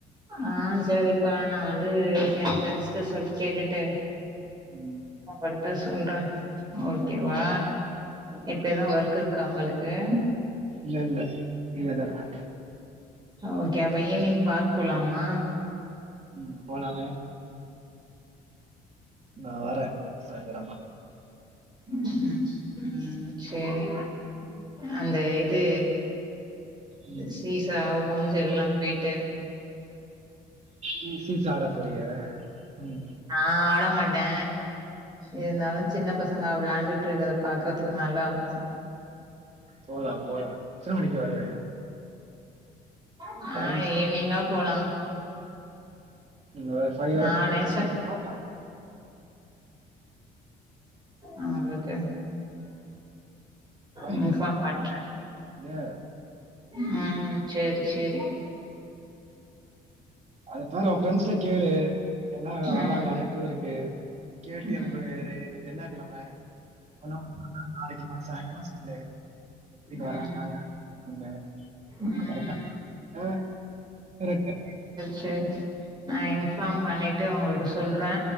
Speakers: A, on the right (about 25°); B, on the right (about 40°).
A: ஆ சேரிப்பா நா வந்து எ ஃப்ரெண்ஸ்ட்ட சொல்லி கேட்டுட்டு
B: ம்
A: அவள்ட்ட சொல்றே ஓகேவா இப்ப எதா ஒர்க் இருக்கா ஒங்களுக்கு
B: இல்லெல்ல ஃப்ரீயா தாருக்கே
A: ஆ ஓகே அப்ப ஈவ்னிங் பார்க் போலாமா
B: ம் போலாமே நா வரே சாய்ங்காலமா
A: ம் ம் சேரி
B: உம்
A: அந்த இது
B: ம்
A: சீஸா ஊஞ்செல்லா போய்ட்டு
B: நீ சீஸா ஆட போறியா ம்
A: நா ஆட மாட்டே இருந்தாலு
B: ம்
A: சின்ன பசங்க விளாண்டுட்ருக்கறத பாக்கற்துக்கு நல்லாருக்கு
B: போலா போலா எத்தன மணிக்கி வருவ
A: நா
B: டைம்
A: ஈவ்னிங்கா போலா
B: <unintelligible> சாய்ங்காலோ
A: நானே
B: அஞ்சு <inaudible>
A: ஆ இருக்கு
B: பைக்கில்
A: இன்ஃபார்ம் பண்ட்டு
B: சரியா
A: ம் சேரி சேரி
B: அடுத்த வாரோ ஒ ஃப்ரெண்ட்ஸ்ட்ட கேளு எல்லா
A: ம்
B: வர்றாங்களானு டூருக்கு கேட்டு
A: ம்
B: எனக்கு இன்னக்கி என்னா கெழம <unintelligible> நாளக்கினா சாய்ங்காலோ சொல்லு ங்க
A: ம்
B: வராங்னாங்க <inaudible> <inaudible>
A: ம் சேர் நா இன்ஃபார்ம் பண்ணிட்டு ஒங்களுக்கு சொல்றே